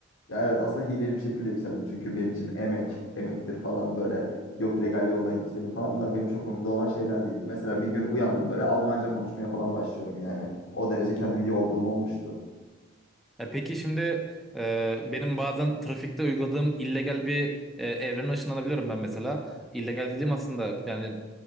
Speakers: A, on the left; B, in the centre.
A: Ya evet aslında hileli bir şekilde yükseldim. Çünkü benim için emek, emektir falan böyle. Yok legal yoldan yükseleyim falan. Bunlar benim çok umurumda olan şeyler değil. Mesela bir gün uyandım böyle Almanca konuşmaya falan başlıyorum yani. O derece kendimi yorduğum olmuştu.
B: E, peki şimdi e, benim bazen trafikte uyguladığım illegal bir e, evrene ışınlanabiliyorum ben mesela. İllegal dediğim aslında yani